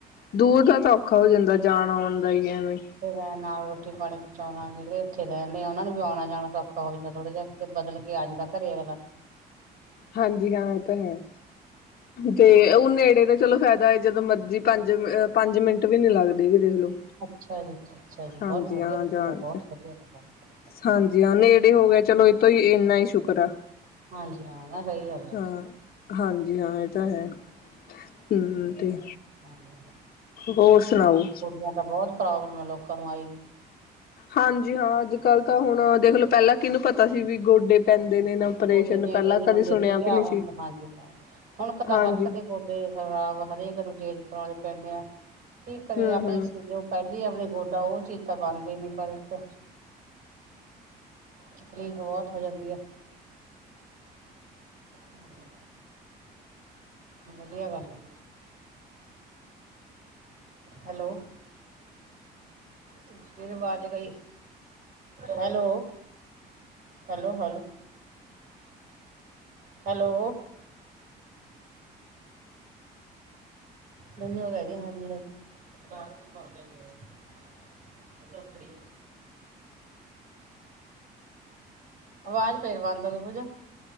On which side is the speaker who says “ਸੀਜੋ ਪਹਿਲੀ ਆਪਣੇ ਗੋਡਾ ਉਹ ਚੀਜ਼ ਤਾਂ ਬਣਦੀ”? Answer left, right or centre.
Right